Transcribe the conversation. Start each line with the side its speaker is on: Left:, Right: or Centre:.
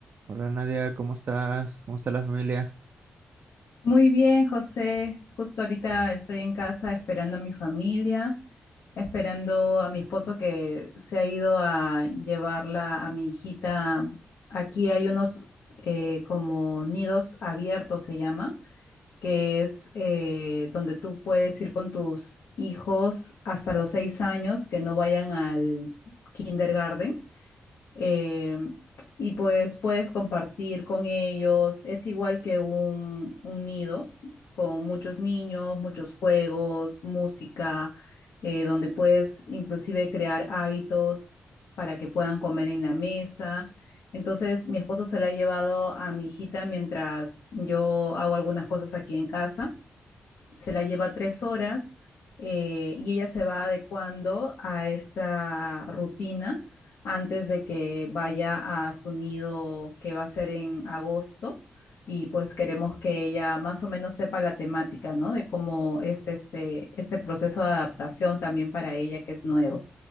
Right: Hola Nadia, ¿cómo estás? ¿Cómo está la familia?
Left: Muy bien, José. Justo ahorita estoy en casa esperando a mi familia, esperando a mi esposo que se ha ido a llevarla a mi hijita. Aquí hay unos eh, como nidos abiertos, se llama, que es eh, donde tú puedes ir con tus hijos hasta los seis años que no vayan al kindergarten eh, y pues puedes compartir con ellos. Es igual que un, un nido con muchos niños, muchos juegos, música, eh, donde puedes inclusive crear hábitos para que puedan comer en la mesa. Entonces, mi esposo se la ha llevado a mi hijita mientras yo hago algunas cosas aquí en casa se la lleva tres horas eh, y ella se va adecuando a esta rutina antes de que vaya a su nido que va a ser en agosto y pues queremos que ella más o menos sepa la temática, ¿no? De cómo es este, este proceso de adaptación también para ella que es nuevo.